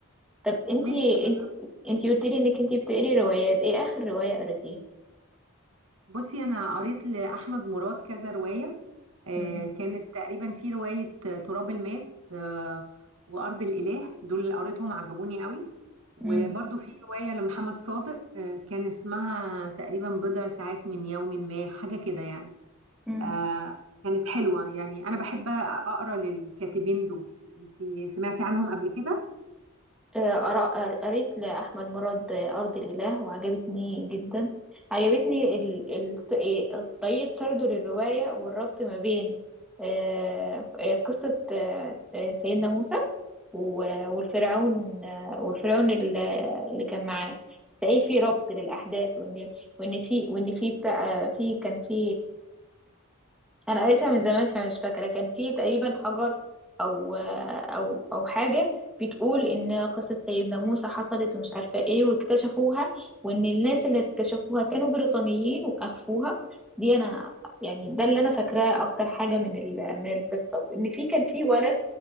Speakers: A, in the centre; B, on the right.
A: طب انت
B: ماشي أجربها
A: انت انت قلت لي انك انت بتقري روايات ايه اخر روايه قريتيها
B: بصي أنا قريت لأحمد مراد كذا رواية آه،
A: امم
B: كانت تقريبا في رواية آه، تراب الماس آه، وأرض الإله دول اللي قريتهم عجبوني قوي وبرضو
A: امم
B: في رواية لمحمد صادق آه، كان اسمها تقريبا بضع ساعات من يوم ما حاجة كده يعني
A: مم.
B: آه، كانت حلوة يعني أنا بحب أقرأ للكاتبين دول انتي سمعتي عنهم قبل كده؟
A: آه، قرا- قر- قريت لأحمد مراد آه، أرض الإله وعجبتني جدا عجبتني ال... ال... إيه، طريقة سرده للرواية والربط ما بين آه، آه، قصة آه، آه، سيدنا موسى و- والفرعون والفرعون ال- اللي كان معاه تلاقيه في ربط للأحداث وإن وإن في وإن في بتاع في كان في انا قريتها من زمان فمش فاكره كان في تقريبا حجر او او او حاجه بتقول ان قصه سيدنا موسى حصلت ومش عارفه ايه واكتشفوها وان الناس اللي اكتشفوها كانوا بريطانيين واخفوها دي انا يعني ده اللي انا فاكراه اكتر حاجه من ال- من القصه وان في كان في ولد